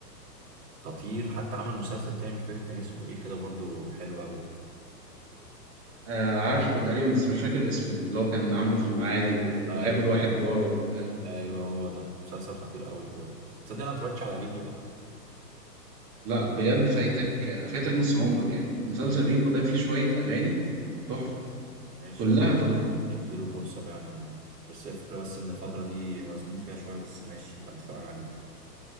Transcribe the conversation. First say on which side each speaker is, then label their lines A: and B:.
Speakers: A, on the right; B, on the right.
A: خطير حتى عمل مسلسل تاني مش فاكر كان اسمه ايه كده برضو حلو قوي
B: آه عارفه تقريبا بس مش فاكر اسمه اللي هو كان عامله في المعادي و-
A: ايوه
B: وقابل واحد جاره وبتاع
A: ايوه هو ده مسلسل خطير قوي ده برضو تصدق انا ما اتفرجتش على ريفو ده
B: لا بجد فايتك فايتك نص عمرك يعني مسلسل ريفو ده فيه شويه اغاني تحفه
A: ماشي
B: كلها
A: والله.
B: تحفه
A: نديله فرصة فعلا بس هي الفكرة بس إن الفترة دي مزنوق فيها شوية بس ماشي يبقى نتفرج عليه